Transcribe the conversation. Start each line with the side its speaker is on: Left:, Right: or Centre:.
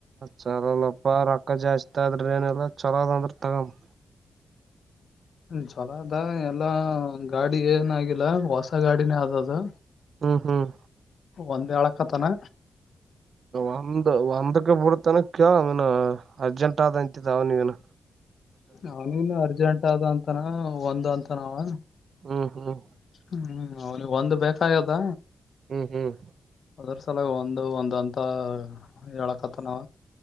Right: ಚಲೋಲಪ್ಪ ರೊಕ್ಕ ಜಾಸ್ ಆದ್ರೆ ಏನೆಲ್ಲ ಚಲೋದ್ ಅಂದ್ರೆ ತಗಮೂ
Left: ಚುಲೋ ಅದ ಎಲ್ಲ ಗಾಡಿ ಏನಾಗಿಲ್ಲ ಹೊಸ ಗಾಡಿನೇ ಆದದು
Right: ಹ್ಮ್ ಹ್ಮ್
Left: ಒಂದ ಹೇಳಕ್ಕತ್ತನ
Right: ಒಂದ್ ಒಂದಕ್ಕೆ ಬರ್ತನ ಕೇಳ ಅವ್ನ ಅರ್ಜೆಂಟ್ ಆದ ಅಂತಿದ ಅವ ನೀವನ್
Left: ಅವನಿನು ಅರ್ಜೆಂಟ್ ಆದ ಅಂತನ ಒಂದ ಅಂತನ ಅವ
Right: ಹ್ಮ್ ಹ್ಮ್
Left: ಹ್ಮ್ ಅವ್ನಿಗೆ ಒಂದು ಬೇಕಾಗದ
Right: ಹ್ಮ್ ಹ್ಮ್
Left: ಅದ್ರ ಸಲಾಗಿ ಒಂದು ಒಂದು ಅಂತ ಹೇಳಕತ್ತಾನವ